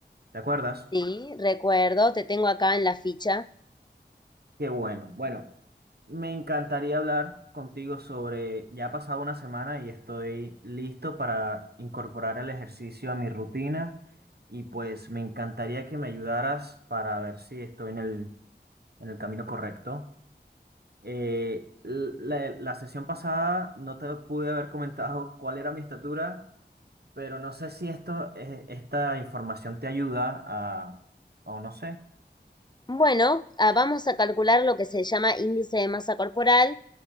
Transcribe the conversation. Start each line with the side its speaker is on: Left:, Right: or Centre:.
Right: ¿te acuerdas?
Left: Sí, recuerdo, te tengo acá en la ficha.
Right: Qué bueno. Bueno, me encantaría hablar contigo sobre, ya ha pasado una semana y estoy listo para incorporar el ejercicio a mi rutina y pues me encantaría que me ayudaras para ver si estoy en el, en el camino correcto. Eh, la, la sesión pasada no te pude haber comentado cuál era mi estatura, pero no sé si esto, eh, esta información te ayuda a, o no sé.
Left: Bueno, ah, vamos a calcular lo que se llama índice de masa corporal,